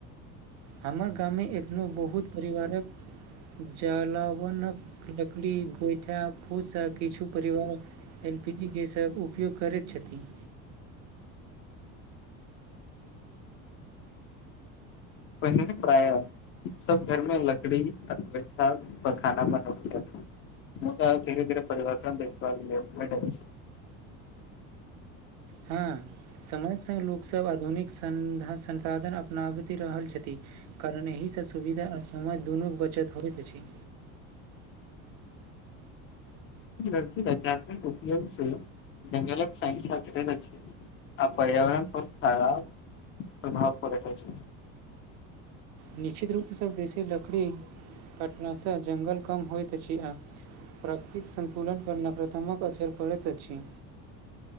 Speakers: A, on the right; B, on the left.
A: हमर गाममे एखनो बहुत परिवारक जलावनक लकड़ी गोइठा खूदसँ किछु परिवार एल पी जी गैसक उपयोग करैत छथिन
B: प प्राय <unintelligible> सभ घरमे लकड़ी आ गोइठा पर खाना बनै छै। तऽ धीरे धीरे परिवार देख भै <unintelligible>
A: हँ समयक संग लोकसभ आधुनिक संसाधन अपनाबति रहल छथि, कारण एहिसँ सुविधा आ समय दुनू के बचत होइत अछि
B: आध्यात्मिक उपयोग से जङंगलक साइसाे रचै <unintelligible> आ पर्यावरण पर खराब प्रभाव पड़ैत अछि
A: निश्चित रूप सँ बेसी लकड़ी कटला सँ जंगल कम होइत अछि आ प्राकृतिक संतुलन पर नकारात्मक असर पड़ैत अछि